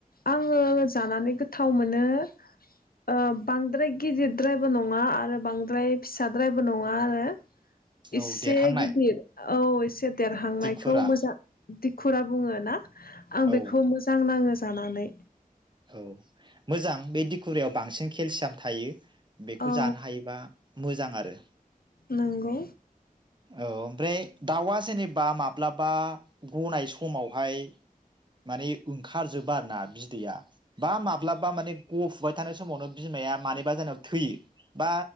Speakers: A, on the left (about 80°); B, on the right (about 30°).
A: आंङो जानानै गोथाव मोनो ओ बांद्राय गिदिर द्रायबो नङा आरो बांद्राय फिसाद्रायबो नङा आरो।
B: औ
A: इसे
B: देरहांनाय
A: गिदिर औ एसे देरहांनायखौ
B: दिखुरा
A: मोजां दिखु फोरा बुंङो ना? आं
B: औ
A: बेखौ मोजां नांङो जानानै
B: औ मोजां बे दिखुरायाव बांसिन केलसियाम थायो। बेखौ
A: औ
B: जानो हायोबा मोजां आरो
A: नंगौ।
B: औ ओमफ्राय दाउआ जेनेबा माब्लाबा गनाय समावहाय माने ओंखारजोबा आरो ना बिदैया बा माब्लाबा माने गफुबाय थानाय समावनो बिमाया मानिबा जानायाव थैयो बा